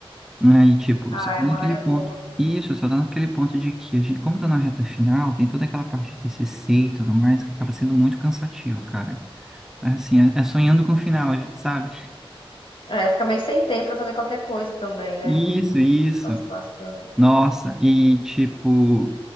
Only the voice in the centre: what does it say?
aí tipo,
só tem
aquele
ponto.
Isso, só tá naquele ponto de que a gente, como tá na reta final, tem toda aquela parte de TCC e tudo mais que acaba sendo muito cansativo, cara. Assim, é, é sonhando com o final, sabe?
Isso, isso.
Nossa, e tipo,